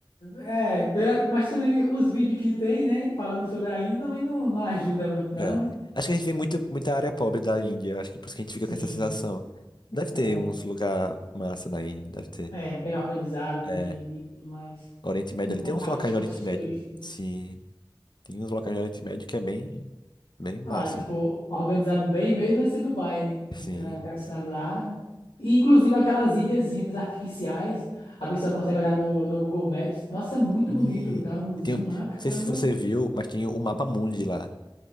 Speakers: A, on the left; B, on the left.
A: É, é, pela- mas também os vídeos que tem, né, falando sobre a Índia também não, não ajuda muito não,
B: É.
A: né?
B: Acho que a gente vê muito, muita área pobre da Índia, acho que por isso que a gente fica
A: Sim,
B: com essa sensação. Deve
A: é,
B: ter uns lugar massa na Índia, deve ter.
A: é bem organizado,
B: É,
A: né, e tudo mais.
B: Oriente Médio,
A: Um ponto-
B: ali tem uns
A: alguns
B: locais
A: pontos
B: no Oriente Médio.
A: turísticos.
B: Sim, tem uns locais no Oriente Médio que é bem, bem massa.
A: Ah, tipo, organizado bem mesmo deve ser Dubai, né?
B: Sim.
A: Aquela, aquela cidade lá. E, inclusive aquelas ilhazinhas artificiais, a pessoa consegue olhar no, no Google Maps. Nossa, muito
B: Hum.
A: bonito, dá um zoom
B: E tem, não
A: lá, caramba.
B: sei se você viu, mas tem o Mapa Mundi lá.